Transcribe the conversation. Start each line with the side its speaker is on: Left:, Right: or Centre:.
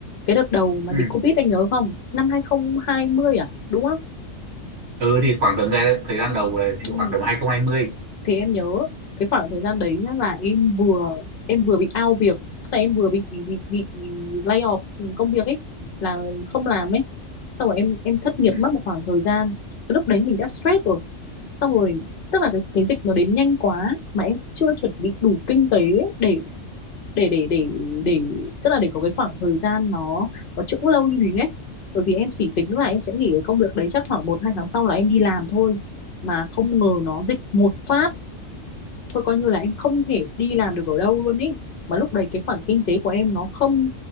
Left: cái đợt đầu mà
Right: Ừ.
Left: dịch Covid anh nhớ không năm 2020 à đúng không
Right: Ừ thì khoảng tầm ra thời gian đầu là thì
Left: ừ.
Right: khoảng tầm 2020.
Left: thì em nhớ cái khoảng thời gian đấy nhá là em vừa em vừa bị out việc tức là em vừa bị bị bị, bị lay off công việc ấy là không làm ấy xong rồi em em thất nghiệp
Right: Ừ.
Left: mất một khoảng thời gian cái lúc đấy mình đã stress rồi xong rồi tức là cái, cái dịch nó đến nhanh quá mà em chưa chuẩn bị đủ kinh tế ấy để để để để để tức là để có cái khoảng thời gian nó nó chững lâu như thế ấy bởi vì em chỉ tính là em sẽ nghỉ cái công việc đấy chắc khoảng một hai tháng sau là em đi làm thôi mà không ngờ nó dịch một phát thôi coi như là em không thể đi làm được ở đâu luôn ý mà lúc đấy cái khoản kinh tế của em nó không